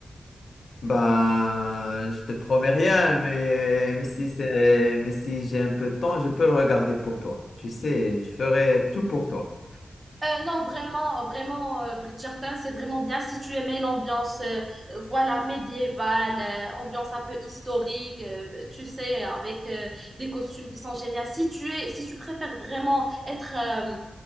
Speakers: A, on the left; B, on the right.
A: Ben, je te promets rien, mais, mais si c'est, mais si j'ai un peu de temps, je peux le regarder pour toi. Tu sais, je ferai tout pour toi.
B: Euh, non, vraiment, vraiment, euh, Bridgerton, c'est vraiment bien si tu aimais l'ambiance, euh, euh, voilà, médiévale, euh, ambiance un peu historique, euh, bah, tu sais, avec euh, des costumes qui sont géniaux. Si tu es, si tu préfères vraiment être euh,